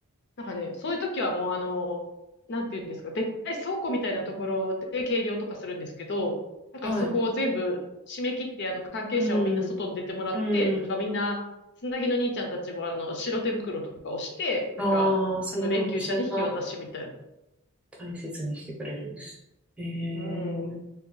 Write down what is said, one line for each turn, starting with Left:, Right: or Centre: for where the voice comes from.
Left: なんかね、そういう時はもうあの、なんていうんですか、でっかい倉庫みたいなところで計量とかするんですけど、なんかそこを全部締め切って、
Centre: はい、
Left: あの、関係者をみんな外に出てもらって、
Centre: うん、うん。
Left: なんかみんな、つなぎの兄ちゃんたちもあの、白手袋とかをして、なんか、
Centre: ああ、そうなんだ、
Left: あの、霊柩車に引き渡しみたいな。
Centre: そんな大切にしてくれるんです。ええ
Left: うん。